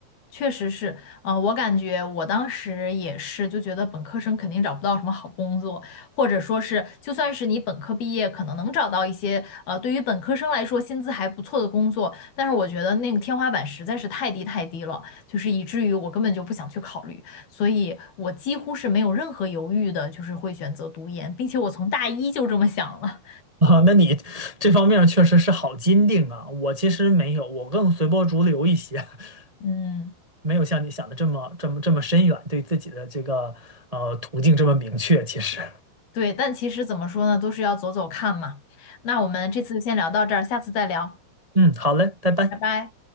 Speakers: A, on the left; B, on the right.
A: 确实是，呃，我感觉我当时也是，就觉得本科生肯定找不到什么好工作，或者说是，就算是你本科毕业，可能能找到一些，呃，对于本科生来说薪资还不错的工作，但是我觉得那个天花板实在是太低太低了，就是以至于我根本就不想去考虑，所以我几乎是没有任何犹豫的，就是会选择读研，并且我从大一就这么想了，
B: <laughs> 啊，那你这方面确实是好坚定啊！我其实没有，我更随波逐流一些，
A: 嗯，
B: <laughs> 没有像你想的这么这么这么深远，对自己的这个呃途径这么明确。其实，
A: 对，但其实怎么说呢，都是要走走看嘛。那我们这次就先聊到这儿，下次再聊，
B: 嗯，好嘞，拜拜。
A: 拜拜。